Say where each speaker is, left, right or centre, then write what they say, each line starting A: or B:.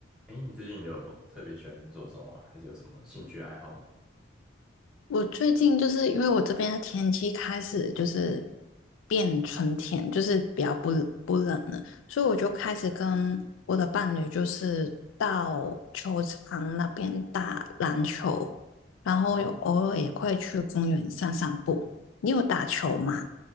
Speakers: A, in the centre; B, on the left.
A: 哎，你最近有特别喜欢做什么啊还是有什么兴趣爱好吗？
B: 我最近就是因为我这边的天气开始就是变春天，就是比较不不冷了，所以我就开始跟我的伴侣就是到球场那边打篮球，然后有偶尔也会去公园散散步。
A: 哦，
B: 你有打球吗？